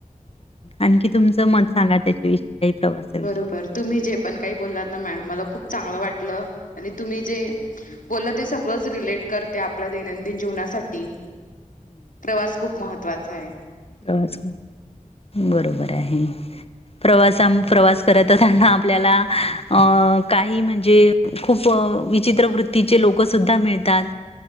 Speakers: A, on the left; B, on the left.
A: आणखी तुमचं मत सांगा त्याच्या विषयी का. ही प्रवासा विषयी.
B: बरोबर तुम्ही जे पण काही बोलला ना मॅडम, मला खूप चांगलं वाटलं. आणि तुम्ही जे बोलते सगळच रिलेट करते. आपल्या दैनंदिन जीवनासा ठी. प्रवास खूप महत्त्वाचाय.
A: आज. बरोबर आहे. प्रवासाम प्रवास करताना आपल्याला अ काही म्हणजे खूप अ विचित्र वृत्तीचे लोक सुद्धा मिळतात.